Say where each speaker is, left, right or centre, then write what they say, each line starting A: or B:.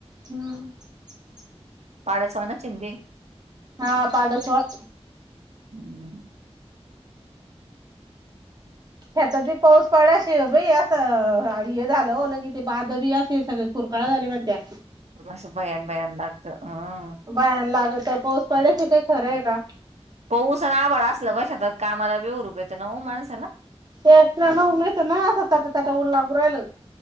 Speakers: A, on the right; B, on the right.
A: हम्म <inaudible>
B: पाडं सोन चिंडी
A: हा पाडस वा
B: हम्म
A: ह्यात ते पाऊस पडाशी बाई असं हे झालं लं कि ते बाध बी असे सगळ कुरकाळा झाले म्हण त्या
B: अस भयान भयान लागत हम्
A: भयान लागत पाऊस पडयची काही खरंय का
B: पाऊस अन आभाळ असलं शेतात कामाला बी हुरूप येत ना ओ माणसाना
A: येत ना असं ताटा ताटा लागू राहिलं